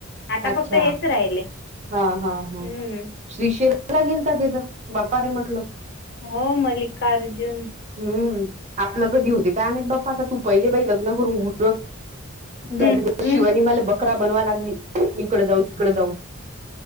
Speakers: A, on the left; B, on the right.
A: आता
B: अच्छा.
A: हेच राहिले
B: हा हा हा
A: हम्म.
B: श्री शेरा लागेल का तिथं? बाप्पा रे म्हटलं.
A: हो, मल्लिकार्जुन.
B: हम्म आपलं कधी होते काय नाहीत बा्पा. आता तू पहिले बाई लग्न करून उरक. जाऊदे
A: हम्म,
B: बा
A: हम्म.
B: शिवानी मला बकरा बनवा लागली, इकड जाऊ, तिकड जाऊ.